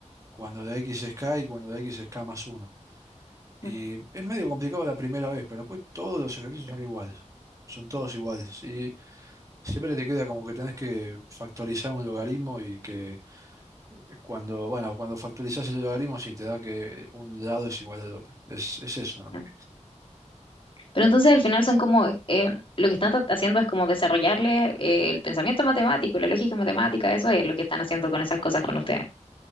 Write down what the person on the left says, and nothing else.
mm,
ya. Pero entonces al final son como, eh, lo que están tra- haciendo es como desarrollarle eh, el pensamiento matemático, la lógica matemática, eso es lo que están haciendo con esas cosas con ustedes.